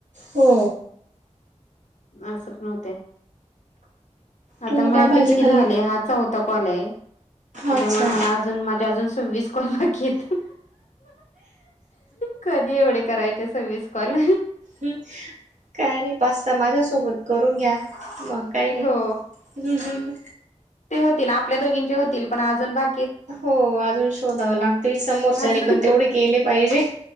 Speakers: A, on the right (about 80°); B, on the left (about 75°).
A: हो
B: असं पण होतय. आता
A: तुम्ही
B: माझे
A: काय भाजी
B: किती
A: खाल्ली?
B: झाले हा चौथा कॉल आहे. त्याच्यामुळे
A: अच्छा
B: मला अजून माझ्या अजून सव्वीस कॉल बाकी येत कधी एवढे करायचे सव्वीस कॉल?
A: काय नाही पाच सहा माझ्या सोबत करून घ्या मग. काय नाही
B: हो.
A: हम्म हम्म.
B: ते होतील आपल्या दोघींचे होतील पण अजून बा
A: हो अजून शोधावं लागतील समोरच्यानी
B: अजून
A: पण तेवढे केले पाहिजे.